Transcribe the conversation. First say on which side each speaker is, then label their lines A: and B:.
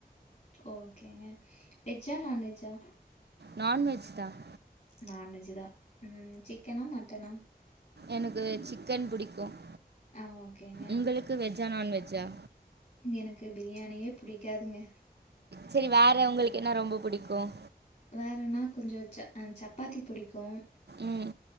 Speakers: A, on the left; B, on the right.
A: ஓகேங்க வெஜ் ஆ நான்வெஜ் ஆ
B: நான்வெஜ் தான்
A: நான்வெஜ் தான் ம் சிக்கனா மட்டனா
B: எனக்கு சிக்கன் புடிக்கும்
A: ஆ ஓகேங்க
B: உங்களுக்கு வெஜ்ஆ நான்வெஜ் ஆ
A: எனக்கு பிரியாணியே புடிக்காதுங்க
B: சேரி வேற உங்களுக்கு என்ன ரொம்ப புடிக்கும்
A: வேறன்னா கொஞ்சம் சப்பாத்தி புடிக்கும்
B: உம்